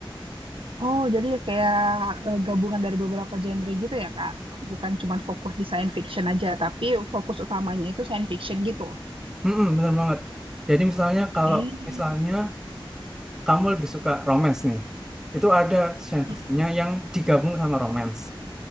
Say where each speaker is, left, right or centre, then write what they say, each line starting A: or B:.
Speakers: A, on the right (about 75°); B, in the centre.
A: Oh, jadi kayak eh, gabungan dari beberapa genre gitu ya, Kak? Bukan cuma fokus di science fiction aja, tapi fokus utamanya itu science fiction gitu.
B: Mm-mm, bener banget. Jadi misalnya kalau
A: Hmm.
B: misalnya kamu lebih suka romance nih, itu ada science
A: Hmm.
B: fictionnya yang digabung sama romance.